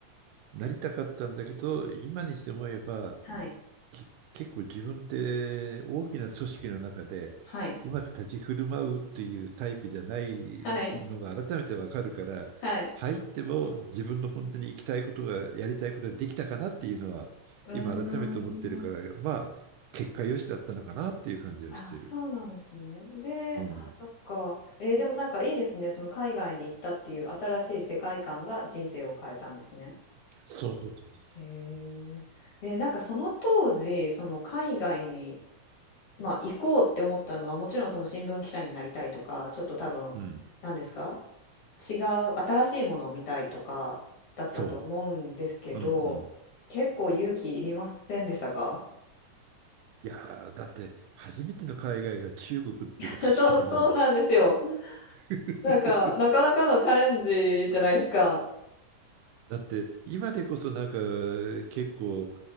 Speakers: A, on the right (about 80°); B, on the left (about 50°).
A: なりたかったんだけど、今にして思えば、
B: はい。
A: き結構自分って大きな組織の中でうまく立ち振る舞うっていうタイプじゃないのが改めてわかるから、
B: はい。はい。はい。はい。
A: 入っても自分の本当に行きたいことが、やりたいことができたかなっていうのは、
B: うーん。
A: 今改めて思ってるから、まあ、結果良しだったのかなっていう感じはしてる。
B: あ、そうなんですね。で、
A: うん。
B: あ、そっか。えーでもなんかいいですね。その海外に行ったっていう新しい世界観が人生を変えたんですね。
A: そうそうそうそうそ
B: へえ。えーなんかその当時、その海外に、まあ、行こうって思ったのは、もちろんその新聞記者になりたいとか、ちょっと多分、
A: ううん。
B: 何ですか違う、新しいものを見たいとかだったと思うんですけど、
A: そう。うんうん。
B: 結構勇気いりませんでしたか
A: いやーだって初めての海外が中国ってこと自体
B: <laughs> そう、そうなんですよ。
A: <laughs>
B: なんか、なかなかのチャレンジじゃないですか。
A: だって今でこそなんか結構